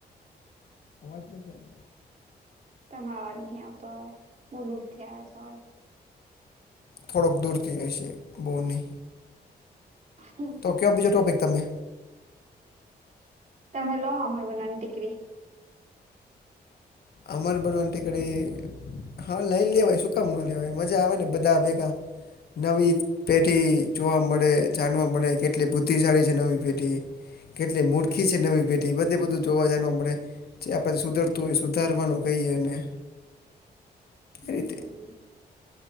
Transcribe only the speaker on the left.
સમજ તો છે એમ.
થોડાક દૂરથી એ છે બો નની.
તો કયો બીજો ટોપિક તમે.
અમરબન ટિકિટ એ હા લઈ લે ભ શું કામ ન લેવા મજા આવે ને બધા ભેગા નવી. પેઢી જોવા મળે જાણવા મળે કેટલી બુદ્ધિશાળી છે નવી પેઢી. કેટલી મૂળખી છે નવી પેઢી બધે બધું જોવા જનુંણે જે આપડથી સુધરતું હોય. સુધારવાનું કહીએને
રીતે.